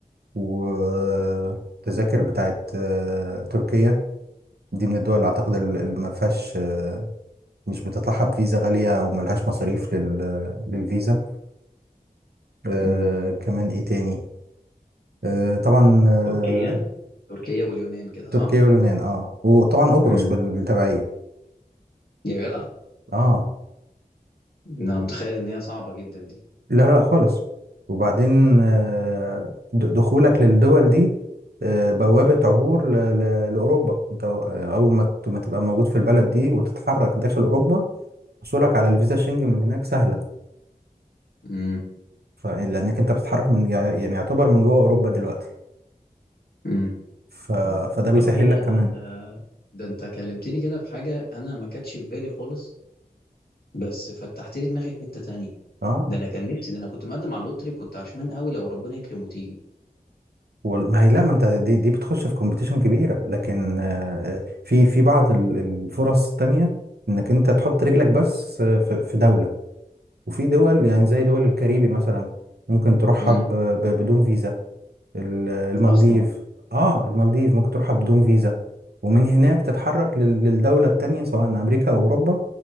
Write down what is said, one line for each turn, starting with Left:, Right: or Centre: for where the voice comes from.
Right: والتذاكر بتاعت آه، تركيا دي من الدول اللي اعتقد ال- اللي ما فيهاش آه، مش بتطلعها بفيزا غالية او ملهاش مصاريف لل- للفيزا آه،
Left: امم
Right: كمان ايه تاني آه، طبعا آه،
Left: تركيا تركيا واليونان كده
Right: تركيا
Left: صح
Right: واليونان اه وطبعا قبرص
Left: امم
Right: بال- بالتبعية
Left: يا جدع
Right: اه
Left: ان انا متخيل ان هي صعبة جدا دي
Right: لا لا لا خالص وبعدين آه، د- دخولك للدول دي آه، بوابة عبور ل- ل- لأوروبا انت آه، أول ما ت- ما تبقى موجود في البلد دي وتتحرك داخل أوروبا حصولك على الفيزا الشنجن من هناك سهلة
Left: امم
Right: ف- لأنك انت بتتحرك من يع- يعني يعتبر من جوه أوروبا دلوقتي
Left: امم
Right: ف... فده بيسهل
Left: طب ايه ده
Right: لك
Left: ده
Right: كمان
Left: ده ده انت كلمتني كده في حاجة انا ما كانتش في بالي خالص بس فتحت لي دماغي لحتة تانية
Right: اه
Left: ده انا كان نفسي ده انا كنت مقدم على اللوتري كنت عشمان قوي لو ربنا يكرم وتيجي
Right: وال- ما هي لا ما انت دي, دي بتخش في كومبيتيشن كبيرة لكن آه، آه، في في بعض ال- الفرص التانية انك انت تحط رجلك بس آه، في في دولة وفي دول يعني زي دول الكاريبي مثلا ممكن تروحها
Left: امم
Right: ب- ب- بدون فيزا ال- المالديف
Left: اصلا
Right: اه المالديف ممكن تروحها بدون فيزا ومن هناك تتحرك لل- للدولة التانية سواء أمريكا أو أوروبا